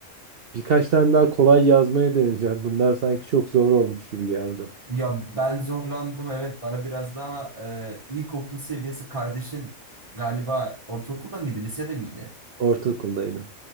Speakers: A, on the right; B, on the right.
A: birkaç tane daha kolay yazmayı deneyeceğim. Bunlar sanki çok zor olmuş gibi geldi.
B: ya ben zorlandım evet bana biraz daha e, ilkokul seviyesi kardeşin galiba ortaokulda mıydı lisede miydi?
A: Ortaokuldaydı.